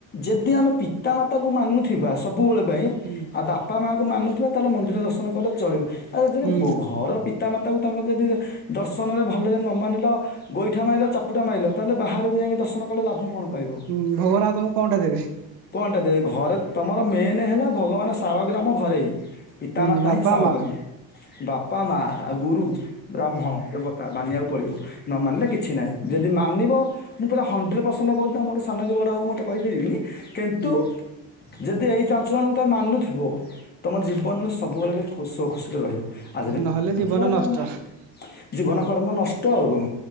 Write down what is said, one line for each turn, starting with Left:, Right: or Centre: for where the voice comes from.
Left: ଯଦି ଆମେ ପିତା ମାତାଙ୍କୁ ମାନୁଥିବା ସବୁବେଳେ ପାଇଁ
Right: ହୁଁ
Left: ଆଉ ବାପା ମାଙ୍କୁ ମାନୁଥିବା ତାହେଲେ ମନ୍ଦିର ଦର୍ଶନ କଲେ ଚଳିବ ଆଉ ଯଦି
Right: ହୁଁ
Left: ଘର ପିତାମାତାକୁ ତମେ ଯଦି ଦର୍ଶ୍ ଦର୍ଶନରେ ଭଲରେ ନ ମାନିଲ ଗୋଇଠା ମାଇଲ ଚାପୁଡା ମାଇଲ ତାହେଲେ ବାହାରକୁ ଯାଇକି ଦର୍ଶନ କଲେ ଲାଭ କଣ। ପାଇବ
Right: ହୁଁ ଭଗବାନ ଆଉ ତମକୁ କଣଟା ଦେବେ।
Left: କଣଟା ଘରେ ତମର ମେନ୍ ହେଲା ଭଗବାନ ଶାଳଗ୍ରାମ ଘରେ ଇ ପିତାମାତା
Right: ହୁଁ ବାପା
Left: ହିଁ ଶାଳଗ୍ରାମ
Right: ମା
Left: ବାପା ମାଆ ଆଉ ଗୁରୁ ବ୍ରାହ୍ମଣ ଦେବତା ମାନିବାକୁ ପଡ଼ିବ ନ ମାନିଲେ କିଛି ନାହିଁ ଯଦି ମାନିବ ମୁଁ ପରା ହଣ୍ଡ୍ରେଡ଼୍ ପରସେଣ୍ଟ୍ କହୁଛି ତମେ ମୋଠୁ ସାନ କି ବଡ ହଉ ମୁଁ ତ କହିପାରିବିନି କିନ୍ତୁ
Right: ହୁଁ
Left: ଯଦି ଏଇ ଚାଞ୍ଚ ଜଣଙ୍କୁ ତମେ ମାନୁଥି ବ ତମର ଜୀବନରେ ସ ସବୁବେଳେ ପାଇଁ ଖୋସ ଖୁସିରେ ରହିବ ଆଉ ଯଦି
Right: ନହେଲେ ଜୀବନ ନଷ୍ଟ
Left: <inaudible>
Right: ହୁଁ
Left: ଜୀବନ କର୍ମ ନଷ୍ଟ ଆଉ କଣ